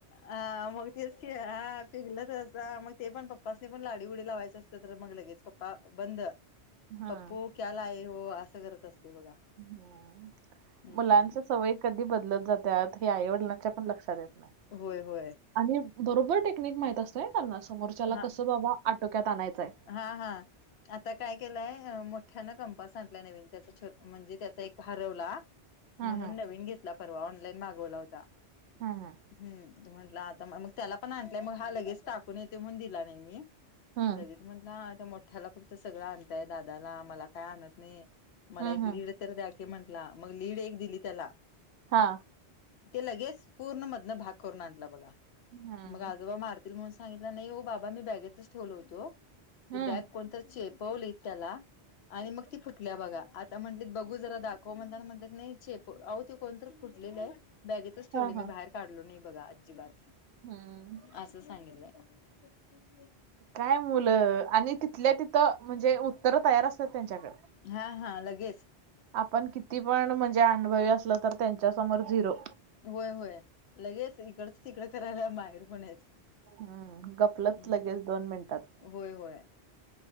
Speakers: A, on the left; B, on the right.
A: हा मग तेच क हा शिकल तर मग ते पण पप्पानी पण लाडी उडी लावायचं असतं तर मग लगेच पप्पा बंद.
B: हम्म.
A: पप्पू क्याला आहे हो असं करत असते बघा.
B: ह
A: हम्म
B: मुलांच्या सवयी कधी बदलत जातात हे आईवडिलांच्या पण लक्षात येत नाही.
A: होय होय.
B: आणि बरोबर टेक्निक माहित असतंय त्यांना समोरच्याला
A: हा
B: कसं बाबा आटोक्यात आणायचंय.
A: हा हा आता काय केलंय मोठ्यानं कंपासांटल्या नवीन त्याचा छोट म्हणजे त्याचा एक हरवला
B: हम्म
A: म्हणून नवीन घेतला परवा ऑनलाईन मागवला होता
B: हम्म
A: ह् म्हट मग त्याला पण आणलंय मग हा लगेच टाकून येते म्हणून दिला नाही मी
B: हम्म
A: लगे. म्हटलं त्या मोठ्याला फक्त सगळं आणताय दादाला मला काय आणत नाही मला
B: हम्म
A: एक लीड
B: हम्म हम्म
A: द्या म्हंट मग लीड एक दिली त्यालाड.
B: हा
A: ते लगेच पूर्ण मध भाग करून आण बघा
B: हम्म
A: मगज सांगितला नाही हो बाबा मी बॅगेतच ठेवल होतो.
B: हम्म
A: बॅग कोणतर चेपवली त्याला. आणि मग ती फुटली बघा आता म्हटलेत बघू जरा दाखव म्हणता म्हटलंत नाही आओ ते कोणत फुटलेलं आहे. बॅगेतच ठेवले
B: हा
A: मी
B: हा.
A: बाहेर काढलो नाही बघा अजिबात
B: हम्म.
A: असं सांगितलंय. की <unintelligible>
B: काय मुलं आणि तिथल्या तिथं म्हणजे उत्तरं तयार असतात त्यांच्याकडे.
A: हा हा लगेच.
B: आपण किती पण म्हणजे अनुभवी असल तर त्यांच्यासमोर झिरो.
A: होय होय लगेच इकडच तिकडं करायला माहेर पण आहेत.
B: हम्म गपलत
A: हम्म
B: लगेच दोन मिनिटात.
A: होय होय.